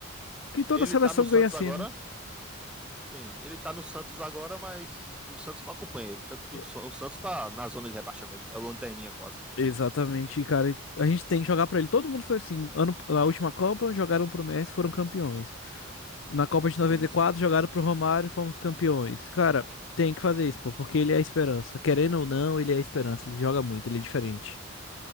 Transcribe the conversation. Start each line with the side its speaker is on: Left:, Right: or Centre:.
Left: Que toda
Centre: ele
Left: seleção
Centre: tá no Santos
Left: ganha assim,
Centre: agora.
Left: né?
Centre: Sim, ele tá no Santos agora, mas o Santos não acompanha ele. Tanto que
Left: E-
Centre: o, Sa- o Santos tá na zona de rebaixamento. É o lanterninha quase.
Left: Exatamente, e, cara. A gente tem que jogar pra ele. Todo mundo foi assim. Ano, na última Copa, jogaram pro Messi, foram campeões. Na Copa de
Centre: Sim,
Left: 94,
Centre: sim,
Left: jogaram pro Romário, fomos campeões. Cara, tem que fazer
Centre: sim.
Left: isso, pô, porque ele é a esperança. Querendo ou não, ele é a esperança. Ele joga muito, ele é diferente.